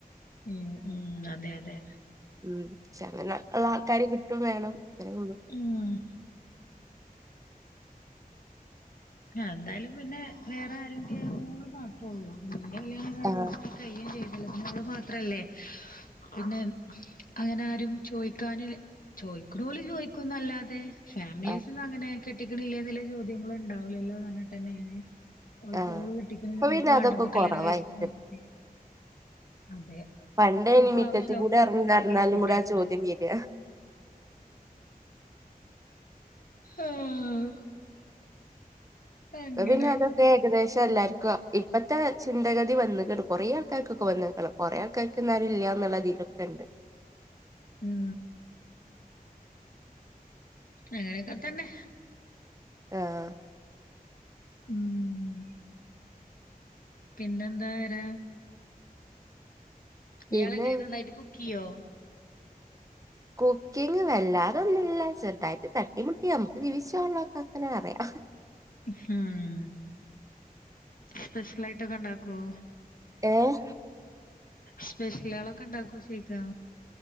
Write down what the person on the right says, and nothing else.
ഉം പക്ഷെ അങ്ങനെ ഉള്ള ആൾക്കാരെ കിട്ടും വേണം അത്രെ ഒള്ളു
ആഹ്.
ആഹ്
ആഹ്
ഇപ്പൊ
പിന്നെ
അതൊക്കെ
കൊറവായിരിക്കും
പണ്ട്
ഇനി മിറ്റത്ത്
കൂടെ
എറങ്ങി
നടന്നാലും
കൂടെ ആ ചോദ്യം വരിക
<unintelligible> ഇപ്പൊ ഏകദേശം എല്ലാവർക്കും ഇപ്പഴത്തെ ചിന്തഗതി വന്ന്ക്ക്ണ് കുറേ ആൾക്കാർക്കൊക്കെ വന്ന്ക്കണം കൊറേ ആൾക്കാർക്ക്ന്നാലും ഇല്ല എന്നുള്ള അതിലൊക്കെ ഉണ്ട്
ആഹ്
പിന്നെ
കുക്കിങ്ങ് വല്ലാതൊന്നുമില്ല ചെറുതായിട്ട് തട്ടിമുട്ടി നമുക്ക് ജീവിച്ചോവള്ള അത്രെ അറിയാം
ഏഹ്